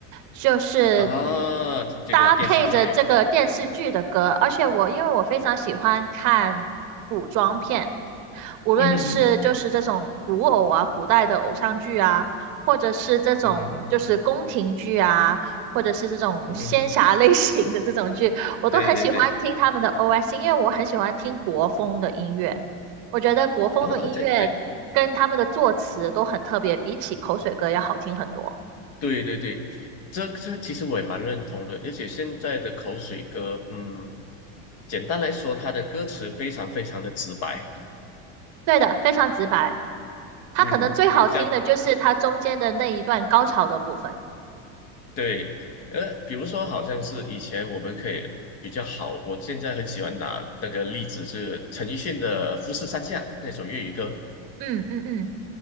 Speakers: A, on the right; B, on the left.
A: 就是
B: <laughs> 啊，这这个电视剧，
A: 搭配着这个电视剧的歌。而且我因为我非常喜欢看古装片，
B: <laughs>
A: 无论是就是这种古偶啊、
B: 嗯哼哼哼，
A: 古代的偶像剧啊，或者是这种就是宫廷剧啊，
B: 嗯哼嗯哼，
A: 或者是这种仙侠类型的这种剧，
B: 嗯哼
A: 我都很喜欢听他们的
B: 对对对，
A: OS，因为我很喜欢听国风的音乐。我觉得国风的音乐跟他们的作词都很特别，
B: 哦，这对，
A: 比起口水歌要好听很多。
B: 对对对对，这这其实我也蛮认同的，而且现在的口水歌，嗯，简单来说，它的歌词非常非常的直白。
A: 对的，非常直白。它可能最好听的就是它中间的那一段高潮的部分。
B: 嗯，你这样对，呃，比如说，好像是以前我们可以比较好，我现在很喜欢拿那个例子是陈奕迅的《富士山下》那首粤语歌，
A: 嗯嗯嗯，